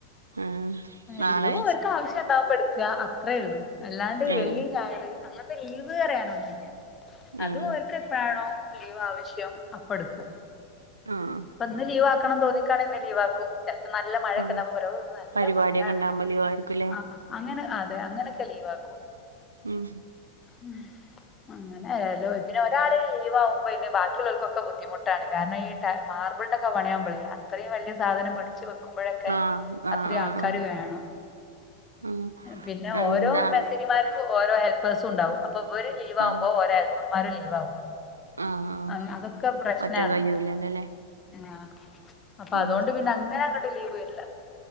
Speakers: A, on the right (about 75°); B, on the left (about 20°).
A: ആഹ് നാളെ
B: ലീവ് ഓര്ക്ക് ആവശ്യണ്ടാമ്പോ ട്ക്ക അത്രേള്ളൂ അല്ലാണ്ട്
A: ഏഹ്
B: വെള്ളി ഞായറ് അങ്ങൻത്തെ ലീവ്റയാനൊന്നുല്ല അത്
A: ഏഹ്
B: ഓൽക്ക് എപ്പഴാണോ ലീവാവശ്യം അപ്പെട്ക്കും
A: ആഹ്.
B: അപ്പൊന്ന് ലീവാക്കണം തോന്നിക്കാണ് ഇന്ന് ലീവാക്കും. ചെലപ്പോ നല്ല മഴൊക്കെ
A: ആഹ്
B: ഇണ്ടമ്പോ വരും നല്ല
A: പരിപാടിയൊക്കെ
B: മഴാണ്.
A: ഉണ്ടാവുമ്പോ ലീവായിരിക്കുംല്ലേ
B: ആഹ് അങ്ങനെ അതെ അങ്ങനൊക്കെ ലീവാക്കും
A: ഉം
B: ഉം <unintelligible> അങ്ങനൊലോ പിന്നെ ഒരാള് ലീവാവുമ്പ പിന്നെ ബാക്കിയുള്ളർക്കൊക്കെ ബുദ്ധിമുട്ടാണ് കാരണം ഈ മാർബിൾണ്ടോക്കെ പണിയാവുമ്പോളെ അത്രയും വലിയ സാധനം പിടിച്ചു വെ നൊക്കുമ്പോഴൊക്കെ
A: ആഹ് ആഹ്
B: അത്ര
A: ആഹ്
B: ആൾക്കാര്
A: ആഹ്
B: വേണം.
A: ആഹ്
B: പിന്നെ ഓരോ
A: എന്താ
B: മേസിരിയും ല്ലർക്കു ഓരോ ഹെൽപേഴ്സുണ്ടാവും. അപ്പൊ ഇവര് ലീവാമ്പോ
A: ആഹ്
B: ഓരോ ഹെൽപ്പർമാരും ലീവാവും.
A: ആഹ് ആഹ്
B: അങ് അതൊക്കെ പ്രശ്നാണ്
A: ഒറ്റക്ക് കഴിയൂലല്ലോല്ലേ
B: അ അപ്പ
A: ഉം
B: അതോണ്ട് പിന്നെ അങ്ങനങ്ങട്ട് ലീവെര്ല്ല